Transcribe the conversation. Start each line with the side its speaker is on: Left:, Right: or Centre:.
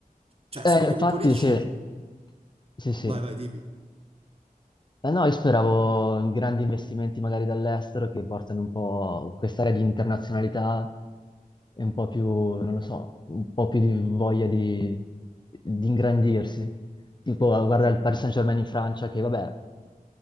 Right: cioè
Left: Eh,
Right: sono come
Left: infatti,
Right: i politici,
Left: sì, sì, sì.
Right: Vai, vai, dimmi.
Left: Eh no, io speravo in grandi investimenti magari dall'estero che portano un po' quest'area di internazionalità e un po' più, non lo so, un po' più di voglia di, di ingrandirsi. Tipo, guarda il Paris Saint-Germain in Francia, che vabbè,